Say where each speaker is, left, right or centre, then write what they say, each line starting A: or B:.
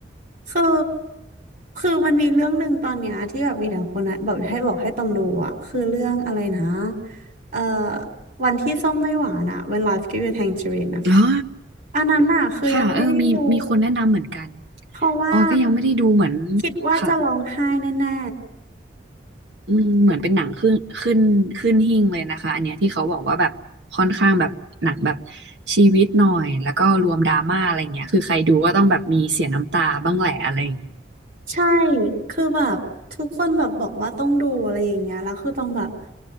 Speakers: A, on the right; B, on the right.
A: คือคือมันมีเรื่องหนึ่งตอนเนี้ยที่แบบมีแต่คนนะแบบให้บอกให้ต้องดูอ่ะคือเรื่องอะไรนะเอ่อวันที่ส้มไม่หวานอ่ะ When Life Gives You Tangerine
B: <laughs>
A: นะคะ
B: อ๋อ
A: อันนั้นอ่ะคือยังไม่ได้ดู
B: ค่ะเออมีมีคนแนะนำเหมือนกัน
A: เพราะว่า
B: ออยก็ยังไม่ได้ดูเหมือน
A: คิดว่าจะร้องไห้แน่
B: ค่ะ อืมเหมือนเป็นหนังขึ้นขึ้นขึ้นหิ้งเลยนะคะอันเนี้ยที่เขาบอกว่าแบบค่อนข้างแบบหนักแบบชีวิตหน่อยแล้วก็รวมดราม่าอะไรเงี้ยคือใครดูก็ต้องแบบมีเสียน้ำตาบ้างแหละอะไรอย่างเงี้ย
A: ๆใช่คือแบบทุกคนแบบบอกว่าต้องดูอะไรอย่างเงี้ยแล้วคือต้องแบบ